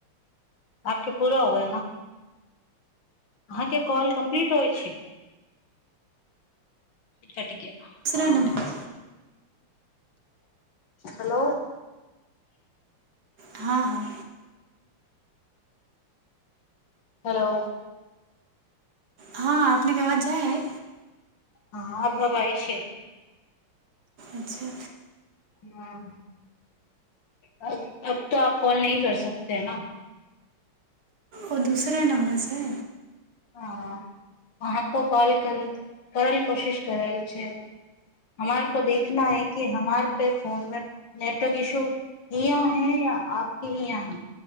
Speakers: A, on the left; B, on the right.
A: आपके पूरा होगा न अहाँके कॉल कम्प्लीट होइ छै कट गया
B: दूसरा
A: हाँ
B: नम्बर
A: हेलो
B: हँ हँ
A: हेलो
B: हँ अपने के अबाज जाय हैय
A: हँ आब आबैय छै
B: अच्छा
A: हाँ अब तो आप कॉल नहीं कर सकते है न
B: ओ दूसरे नम्बरसँ
A: हँ अहाँ को कॉल कर करल कोशिश कर रहल छै हमार को देखना है कि हमार पे फोन मे नेटवर्क इशू य य है या आपके ही यहाँ है